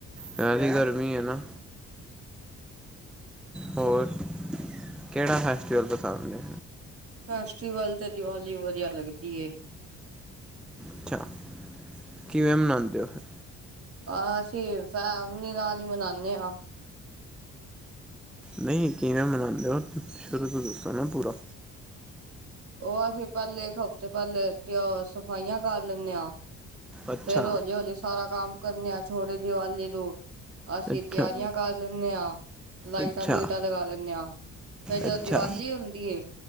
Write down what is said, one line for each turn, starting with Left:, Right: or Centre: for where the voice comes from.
Centre: ਜਾਦੀ ਗਰਮੀ ਐ ਨਾ। ਹੋਰ ਕੇੜਾ ਫੈਸਟੀਵਲ ਪਸੰਦ ਏ।
Right: ਫੈਸਟੀਵਲ ਤੇ ਦੀਵਾਲੀ ਵਦੀਆ ਲੱਗਦੀ ਏ।
Centre: ਅੱਛਾ, ਕਿਵੇਂ ਮਨਾਂਦੇ ਓਂ ਫੇਰ।
Right: ਆ ਅਸੀਂ ਫੈਮਲੀ ਨਾਲ ਈ ਮਨਾਨੇ ਆਂ।
Centre: ਨਈਂ ਕਿਵੇਂ ਮਨਾਂਦੇ ਓਂ ਸ਼ੁਰੂ ਤੋਂ ਦੱਸੋ ਨਾ ਪੂਰਾ।
Right: ਓ ਅਸੀਂ ਪੈਲੇ ਇੱਕ ਹਫ਼ਤੇ ਪੈਲੇ ਸਫਾਈਆਂ ਕਰ ਲੇਨੇ ਆਂ।
Centre: ਅੱਛਾ
Right: ਫੇਰ ਹੌਲੀ -ਹੌਲੀ ਸਾਰਾ ਕੰਮ ਕਰਨਾ ਆ ਛੋਟੀ ਦੀਵਾਲੀ ਨੂੰ ਅਸੀਂ
Centre: ਅੱਛਾ
Right: ਤਿਆਰੀਆਂ ਕਰ ਲੈਂਣੇ ਆ, ਲਾਈਟਾਂ-ਲੁਈਟਾਂ
Centre: ਅੱਛਾ
Right: ਲਗਾ ਲੈਂਣੇ ਆ। ਫੇਰ ਜਦੋ
Centre: ਅੱਛਾ
Right: ਦੀਵਾਲੀ ਹੁੰਦੀ ਏ